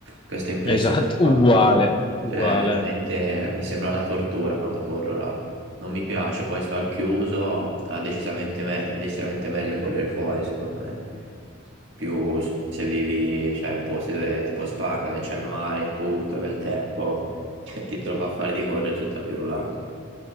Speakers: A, on the right; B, on the left.
A: questa impressione
B: Esatto,
A: qua.
B: uguale, uguale.
A: Cioè, veramente mi sembra una tortura quando corro là. Non mi piace, poi sto al chiuso, ah, decisamente me- è decisamente meglio correre fuori, secondo me. Più s- se vivi, cioè, in posti dove, tipo Spagna, dove c'è il mare e tutto, bel tempo, <laughs> chi te lo fa fare di correre su tapis roulant,